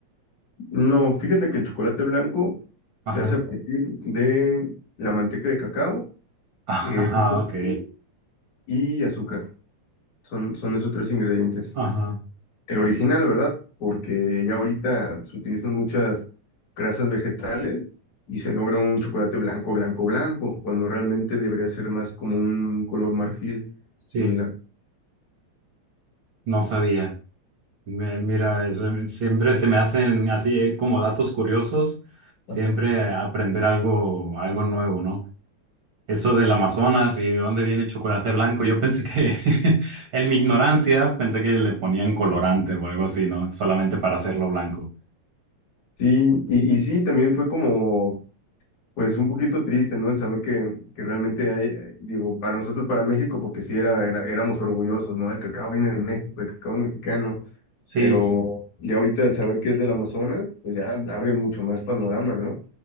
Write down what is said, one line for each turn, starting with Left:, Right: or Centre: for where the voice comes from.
Left: No, fíjate que el chocolate blanco
Right: ajá,
Left: se hace a partir de la manteca de cacao,
Right: <laughs>
Left: eh,
Right: ajá,
Left: leche en
Right: ok,
Left: polvo y azúcar. Son, son esos tres ingredientes.
Right: ajá,
Left: El original, ¿verdad? Porque ya ahorita se utilizan muchas grasas vegetales y se logra un chocolate blanco, blanco, blanco, cuando realmente debería ser más como un color marfil.
Right: sí,
Left: Mira.
Right: no sabía. Me- Mira, es- em, siempre se me hacen así eh, como datos curiosos, siempre
Left: Ajá.
Right: aprender algo, algo nuevo, ¿no? Eso del Amazonas y de dónde viene el chocolate blanco, yo pensé que, <laughs> en mi ignorancia, pensé que le ponían colorante o algo así, ¿no? Solamente para hacerlo blanco.
Left: Sí, y, y sí, también fue como, pues un poquito triste, ¿no? El saber que, que realmente hay, eh, digo, para nosotros, para México, porque sí era, era- éramos orgullosos, ¿no? El cacao viene de México, el cacao es mexicano,
Right: Sí,
Left: pero ya ahorita el saber que es del Amazonas, pues ya abre mucho más panorama, ¿no?